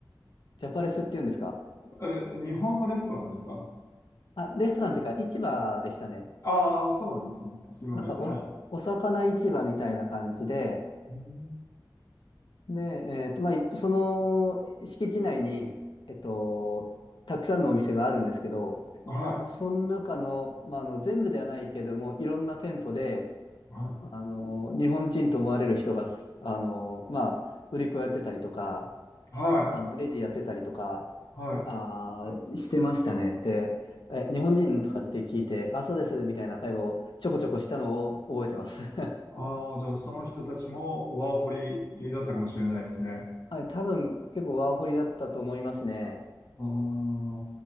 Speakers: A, on the left; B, on the left.
A: ジャパレスっていうんですか
B: え、日本のレストランですか
A: あ、レストランっていうか市場でしたね。
B: ああー、そうなんですね。すみません。
A: なんかお、
B: はい。
A: お魚市場みたいな感じで、
B: うん
A: で、えーっと、まあ、いその敷地内に、えっと、たくさんのお店があるんですけど、
B: はい、
A: その中の、まあ、あの全部ではないけども、いろんな店舗で、
B: はい、
A: あの、日本人と思われる人が、あの、まあ、売り子やってたりとか、
B: は
A: あの、レジやってたりとか、
B: い、はい。
A: あー、してましたね。で、え、日本人とかって聞いて、あ、そうです、みたいな会話をちょこちょこしたのを覚えてます。<laughs>
B: ああ、じゃあその人たちもワーホリだったかもしれないですね。
A: はい、多分結構ワーホリだったと思いますね。
B: あ